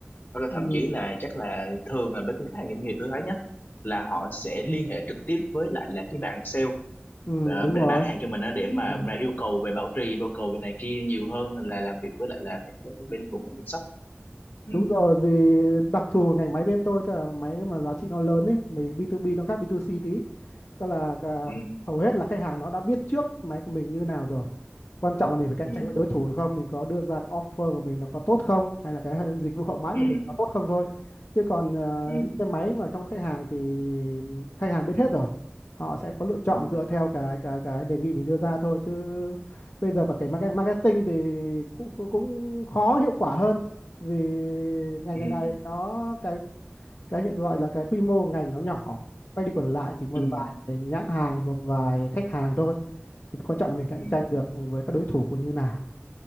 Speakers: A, on the left; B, on the left.
A: hoặc là
B: ừ
A: thậm chí là chắc là thường là với cái khách hàng doanh nghiệp tôi thấy nhá là họ sẽ liên hệ trực tiếp với lại là cái bạn sale
B: ừ
A: à,
B: đúng
A: để
B: rồi
A: bán hàng cho mình á để mà
B: ừ.
A: mà yêu cầu về bảo trì yêu cầu về này kia nhiều hơn là làm việc với lại là các, các bên bộ phận chăm sóc ừ
B: đúng rồi vì đặc thù của ngành máy bên tôi tức là máy mà giá trị nó lớn ấy mình B2B nó khác B2C tí tức là à,
A: ừ
B: hầu hết là khách hàng nó đã biết trước máy của mình như nào rồi quan trọng là mình phải cạnh
A: ừ
B: tranh với đối thủ hay không mình có đưa ra cái offer của mình nó có tốt không hay là cái dịch vụ hậu mãi
A: ừ
B: của mình có tốt không thôi chứ còn ờ,
A: ừ
B: những cái máy mà trong khách hàng thì khách hàng biết hết rồi họ sẽ có lựa chọn
A: ừ
B: dựa theo cái cái cái đề nghị mình đưa ra thôi chứ bây giờ và cái market- marketing thì cũng cũng khó hiệu quả hơn vì ngành
A: ừ
B: ngày này nó cái cái nhận gọi là cái quy mô ngành nó nhỏ quay đi quẩn lại chỉ một
A: ừ
B: vài cái nhãn hàng một vài khách hàng thôi thì quan trọng là mình cạnh
A: ừ
B: tranh được với các đối thủ của như nào